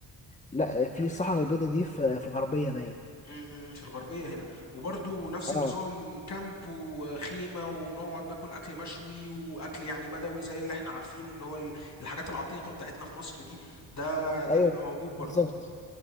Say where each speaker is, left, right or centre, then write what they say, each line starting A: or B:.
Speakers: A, on the left; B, on the left.
A: لا في الصحراء البيضاء دي في في الغربيه باين
B: امم، امم، في الغربية هنا وبرضو نفس
A: اه
B: النظام كامب وخيمة ونقعد ناكل أكل مشوي وأكل يعني بدوي زي اللي احنا عارفينه اللي هو ال- الحاجات العتيقة بتاعتنا في مصر دي ده ده
A: ايوه
B: بيبقى موجود برضو
A: بالظبط